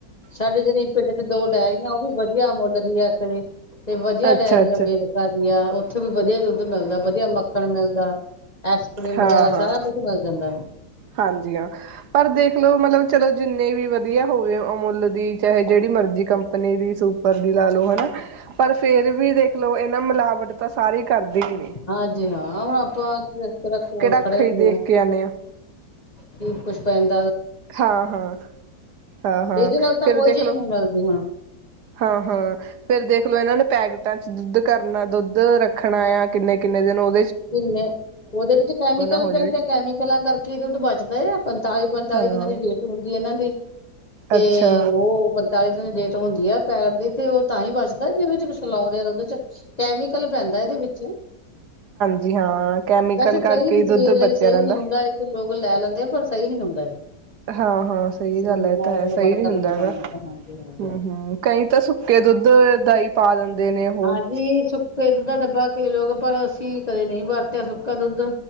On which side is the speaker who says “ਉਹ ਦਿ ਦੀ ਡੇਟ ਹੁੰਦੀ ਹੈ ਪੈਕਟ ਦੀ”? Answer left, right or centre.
Left